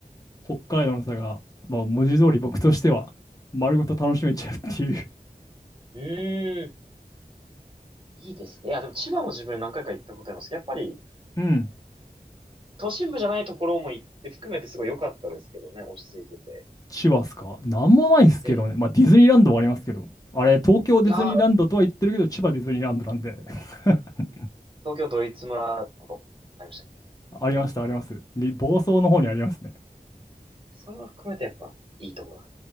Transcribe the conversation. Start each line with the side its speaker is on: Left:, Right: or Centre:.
Left: 北海道の差が、まあ文字通り僕としては丸ごと楽しめちゃうっていう。
Right: うーん、いいですね。いや、でも千葉も自分何回か行ったことありますけど、やっぱり、
Left: <laughs> うん。
Right: 都心部じゃないところも行って含めてすごい良かったですけどね、落ち着いてて。
Left: 千葉っすかなんもないっすけどね。
Right: ええ
Left: まあ、ディズニーランドはありますけど。あれ、東京ディズニーランドとは言ってるけど、
Right: いや、
Left: 千葉ディズニーランドなんで。<laughs>
Right: 東京ドイツ村とかもありましたっけ
Left: ありました、あります。に房総の方にありますね。
Right: そういうの含めてやっぱいいところなん